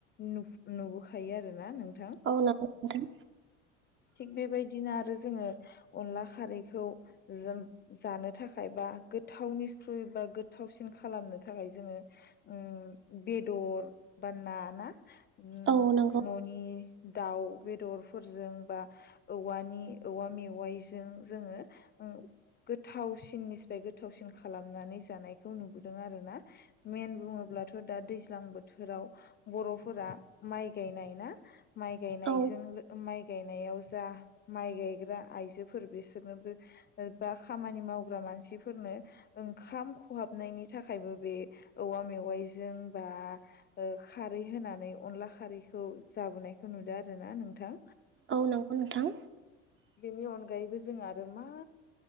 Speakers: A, on the left (about 30°); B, on the right (about 35°).
A: नुब-नुबोखा फायो आरो ना नों
B: औ नोंथां।
A: थिग बेबायदिनो आरो जोङो अनला खारैखौ जों जानो थाखाय बा गोथावनिख्रुइ बा गोथावसिन खालामनो थाखाय जोङो उम बेदर बा ना ना उम
B: औ नंगौ
A: न'नि दाउ बेदरफोरजों बा औवानि औवा मेवाइजों जोङो गोथावसिन निस्राय गोथावसिन खालामनानै जानायखौ नुबोदों आरो ना। मेन बुङोब्लाथ' दा दैज्लां बोथोराव बर'फोरा माइ गायनाय ना? माइ गायनायजों
B: औ
A: लो माइ गायनायाव जा माइ गायग्रा आइजोफोर बिसोरनोबो बा खामानि मावग्रा मानसिफोरनो ओंखाम खहाबनायनि थाखायबो बे औवा मेवाइजों बा ओ खारै होनानै अनला खारै खौ जाबोनायखौ नुदो आरोना नोंथां।
B: औ नंगौ नोंथां।
A: बेनि अनगायैबो जों आरो मा